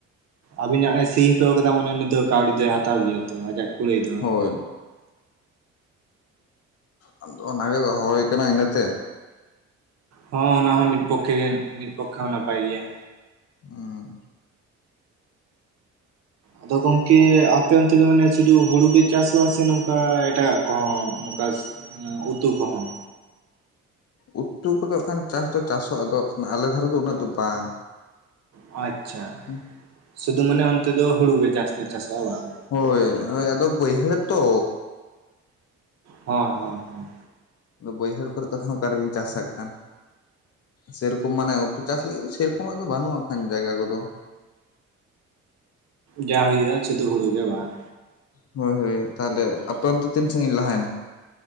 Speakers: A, on the right; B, on the left.
A: ᱟᱵᱤᱱᱟᱜ ᱮ ᱥᱤ ᱦᱚᱴᱚ ᱠᱟᱫᱟ ᱢᱟᱱᱮ ᱩᱱᱤ ᱫᱚ ᱠᱟᱹᱣᱰᱤ ᱫᱚᱭ ᱦᱟᱛᱟᱣ ᱜᱮᱭᱟ ᱛᱚ ᱟᱡᱟᱜ ᱠᱩᱲᱟᱹᱭ ᱫᱚ
B: ᱦᱳᱭ ᱟᱫᱚ ᱚᱱᱟᱜᱮ ᱫᱚᱦᱚ ᱦᱩᱭᱠ ᱤᱱᱟᱹᱛᱮ
A: ᱦᱚᱸ ᱚᱱᱟ ᱦᱚᱸ ᱢᱤᱫ ᱯᱚᱠᱷᱮ ᱜᱮ ᱢᱤᱫ ᱯᱚᱠᱷᱮ ᱦᱚᱸ ᱱᱟᱯᱟᱭ ᱜᱮᱭᱟ᱾
B: ᱚᱻ
A: ᱟᱫᱚ ᱜᱚᱢᱠᱮ ᱟ ᱚᱱᱛᱮ ᱫᱚ ᱢᱟᱱᱮ ᱥᱩᱫᱷᱩ ᱦᱩᱲᱩ ᱜᱮ ᱪᱟᱥᱚᱜ-ᱟ ᱥᱮ ᱱᱚᱝᱠᱟ ᱮᱴᱟᱜ ᱠᱚᱦᱚᱸ ᱱᱚᱝᱠᱟ ᱩᱛᱩ ᱠᱚᱦᱚᱸ
B: ᱩᱛᱩ ᱠᱚᱫᱚᱜ ᱠᱷᱟᱱ ᱪᱟᱥ ᱫᱚ ᱪᱟᱥᱚᱜ ᱟᱫᱚ ᱦᱟ ᱟᱞᱮ ᱫᱷᱟᱨᱮ ᱫᱚ ᱩᱱᱟᱹᱜ ᱫᱚ ᱵᱟᱝ᱾
A: ᱟᱪᱷᱟ
B: <unintelligible>
A: ᱥᱩᱫᱩ ᱢᱟᱱᱮ ᱚᱱᱛᱮ ᱫᱚ ᱦᱩᱲᱩ ᱜᱮ ᱡᱟᱹᱟᱥᱛᱤ ᱪᱟᱥ ᱵᱟᱝ
B: ᱦᱳᱭ ᱳᱭ ᱟᱫᱚ ᱵᱟᱹᱭᱦᱟᱹᱲ ᱛᱚ
A: ᱦᱳᱭ ᱦᱳᱭ ᱦᱳᱭ
B: ᱵᱟᱹᱭᱦᱟᱹᱲ ᱠᱚᱨᱮ ᱛᱚᱠᱷᱚᱱ ᱚᱠᱟᱨᱮᱵᱤᱱ ᱪᱟᱥᱟᱜ ᱠᱟᱱ ᱥᱮᱨᱚᱠᱚᱢ ᱢᱟᱱᱮ ᱩᱛᱩ ᱪᱟᱥ ᱞᱟᱹᱜᱤᱫ ᱫᱚ ᱪᱮᱫ ᱥᱮᱨᱚᱠᱚᱢᱟᱜ ᱫᱚ ᱵᱟᱹᱱᱩᱜ-ᱟᱱ ᱠᱷᱟᱱ ᱡᱟᱭᱜᱟ ᱠᱚᱫᱚ᱾
A: ᱡᱟ ᱦᱩᱭᱩᱜ-ᱟ ᱥᱩᱫᱩ ᱦᱩᱲᱩ ᱜᱮ ᱵᱟᱝ?
B: ᱦᱳᱭ ᱦᱳᱭ ᱛᱟᱦᱚᱞᱮ ᱟᱯᱟᱱᱛᱚ ᱛᱤᱱ ᱥᱤᱜᱤᱧ ᱞᱟᱦᱟ ᱭᱮᱱᱟ᱾